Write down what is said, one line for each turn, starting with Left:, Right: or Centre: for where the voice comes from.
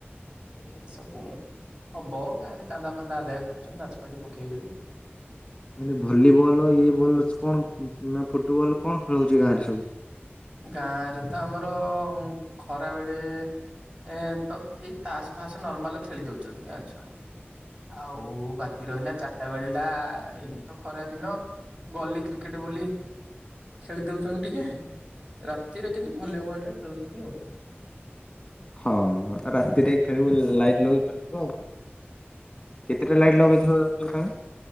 Right: ଏ ସବୁ। ହବ ଗାଁରେ ଚାନ୍ଦା ଫାନ୍ଦା ଆଦାୟ କରୁଚନ୍ତି ନାଚପାଟି ପକେଇବେ ବୋଲି।
Left: ମାନେ ଭଲିବଲ ଇଏ ବଲ୍ କଣ ନା ଫୁଟବଲ୍ କଣ ଖେଳ ହୋଉଚି ଗାଁ ରେ ସବୁ?
Right: ଗାଁରେ ତ ଆମର ଖରାବେଳେ ଏଁ ତ ଏଇ ତାସ ଫାସ ନର୍ମାଲ ଖେଳି ଦୋଉଚନ୍ତି ଗାଁ ଛୁଆ। ଆଉ ବାକି ରହିଲା ଚାରିଟା ବେଳ ଟା ଏମିତି ତ ଖରା ଦିନ। ଗଲି କ୍ରିକେଟ ବୋଲି ଖେଳି ଦୋଉଚନ୍ତି ଟିକେ। ରାତିରେ କିନ୍ତୁ ଭଲିବଲ ଟେ ଖେଳୁଚନ୍ତି ଆଉ।
Left: ହଁ ରାତିରେ ଖେଳିବୁ ଲାଇଟ ଲଗେଇ ଖେଳୁଥିବ ଆଉ। କେତେଟା ଲାଇଟ ଲଗେଇଥବ ତମେ?